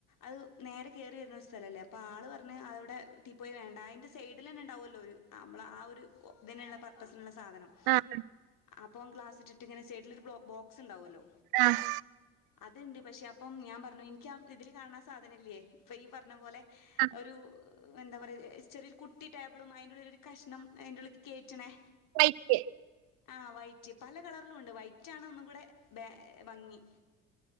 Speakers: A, on the left; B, on the right.
A: അത് നേരെ കയറി വരുന്ന ഒരു സ്ഥലമല്ലേ അപ്പോൾ ആൾ അടെ ടി പോയി വേണ്ട അതിന്റെ സൈഡിൽ തന്നെ ഉണ്ടാവല്ലോ നമ്മ ആ ഒരു തുനുള്ള പരിപ്പസിനുള്ള സാധനം
B: ആഹ്
A: അപ്പം ക്ലാസ് ഇട്ടിട്ട് ഇങ്ങനെ സൈഡിൽ ഒരു ബോക്സ് ഉണ്ടാവുമല്ലോ
B: ആഹ്
A: അതുണ്ട് പക്ഷേ അപ്പം ഞാൻ പറഞ്ഞു ഇനിക്ക ഇതിൽ കാണാണ സാധന ല്ലേ ഇപ്പം ഈ പറഞ്ഞ പോലെ
B: ആഹ്
A: ഒരു എന്താ പറയ ചെറിയൊരു കുട്ടി ടേബിളും അതിൻ്റെ ഉള്ളരു കഷ്ണം അതിൻ്റെ ഉള്ളിൽക്ക് കേറ്റ ണെ
B: <unintelligible>
A: ആ വൈറ്റ് പല കളറിലും ഉണ്ട് വൈറ്റ് ആണ് ഒന്നും കൂടെ ബെ ഭംഗി